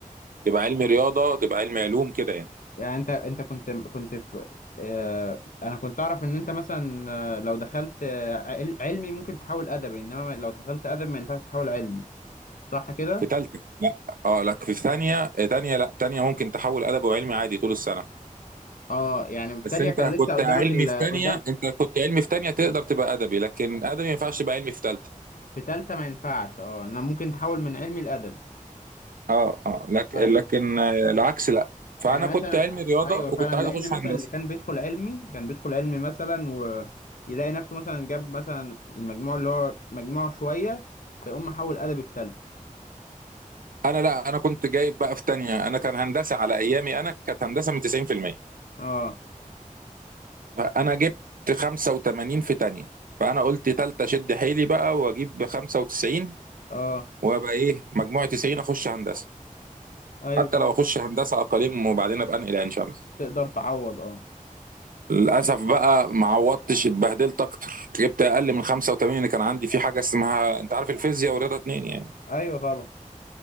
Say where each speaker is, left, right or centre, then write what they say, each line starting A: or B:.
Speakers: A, on the right (about 80°); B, on the left (about 70°).
A: تبقى علمي رياضه تبقى علمي علوم كده يعني
B: يعني انت انت كنت كنت في آه، انا كنت اعرف ان انت مثلا آه، لو دخلت آه، عل- علمي ممكن تحول ادبي انما لو دخلت ادبي ما ينفعش تحول علمي صح كده
A: في تالتة لا اه لا في ثانية تانية لا تانية ممكن تحول أدبي وعلمي عادي طول السنة
B: اه يعني
A: بس
B: في تانية
A: أنت
B: كان لسه
A: كنت
B: قدامك
A: علمي
B: ال...
A: في تانية
B: قدام
A: أنت كنت علمي في تانية تقدر تبقى أدبي لكن أدبي ما ينفعش تبقى علمي في تالتة
B: في تالتة ما ينفعش اه انا ممكن تحول من علمي لادبي
A: اه اه لك
B: ايوه
A: لكن آه، العكس لا
B: يعني
A: فأنا كنت
B: مثلا
A: علمي رياضة
B: ايوه
A: وكنت
B: فعلا
A: عايز
B: لان
A: أخش
B: مثلا
A: هندسة
B: اللي كان بيدخل علمي كان بيدخل علمي مثلا ويلاقي نفسه مثلا جاب مثلا المجموع اللي هو مجموعه شويه فيقوم محول ادبي في تالتة
A: أنا لا أنا كنت جايب بقى في تانية أنا كان هندسة على أيامي أنا كانت هندسة من 90%
B: اه
A: فأنا جبت 85 في تانية فأنا قلت تالتة شد حيلي بقى وأجيب 95
B: اه
A: وأبقى إيه مجموعة 90 أخش هندسة
B: ايوه
A: حتى
B: تمام
A: لو اخش هندسه اقاليم وبعدين ابقى انقل عين شمس
B: تقدر تعوض اه
A: للاسف بقى ما عوضتش اتبهدلت اكتر جبت اقل من 85 اللي كان عندي في حاجه اسمها انت عارف الفيزياء ورياضه اتنين يعني
B: ايوه طبعا